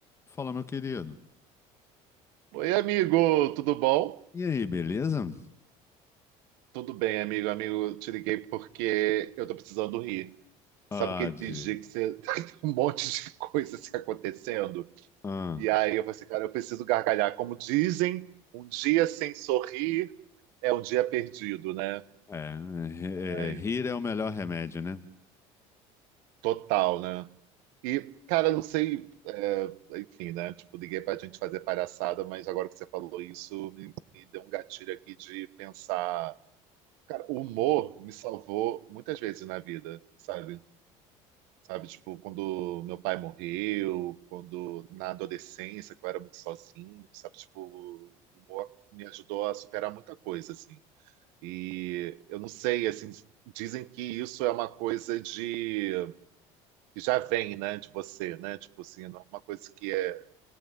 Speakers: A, on the left; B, on the right.
A: Fala, meu querido.
B: Oi, amigo, tudo bom?
A: E aí, beleza?
B: Tudo bem, amigo. Amigo, te liguei porque eu tô precisando rir.
A: Ah,
B: Sabe aquele
A: de...
B: dia que você <laughs> tem um monte de coisa se acontecendo?
A: Ah,
B: E aí eu falei assim, cara, eu preciso gargalhar. Como dizem, um dia sem sorrir é um dia perdido, né?
A: é, é,
B: Aí,
A: é, rir é o melhor remédio, né?
B: total, né? E, cara, não sei, é, enfim, né? Tipo, liguei pra gente fazer palhaçada, mas agora que você falou isso, me, me deu um gatilho aqui de pensar. Cara, o humor me salvou muitas vezes na vida, sabe? Sabe, tipo, quando meu pai morreu, quando na adolescência, que eu era muito sozinho, sabe? Tipo, o humor me ajudou a superar muita coisa, assim. E eu não sei, assim, dizem que isso é uma coisa de... que já vem, né, de você, né? Tipo assim, não é uma coisa que é